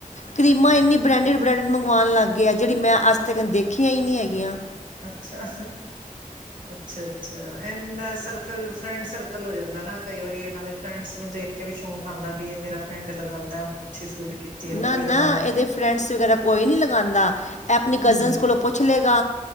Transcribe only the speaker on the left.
ਕਰੀਮਾਂ ਇੰਨੀ ਬਰੈਂਡਰ ਬਰਾਂਡ ਮੰਗਵਾਉਣ ਲੱਗ ਗਿਆ ਜਿਹੜੀ ਮੈਂ ਅੱਜ ਤੱਕ ਦੇਖੀ ਹੀ ਨਹੀਂ ਹੈਗੀਆਂ
ਨਾ
ਨਾ
ਇਹਦੇ ਫਰੈਂਡਸ ਵਗੈਰਾ ਕੋਈ ਨਹੀਂ ਲਗਾਉਂਦਾ। ਇਹ ਆਪਣੀ
ਕਜ਼ਨਸ ਕੋਲੋਂ ਪੁੱਛ ਲਏਗਾ।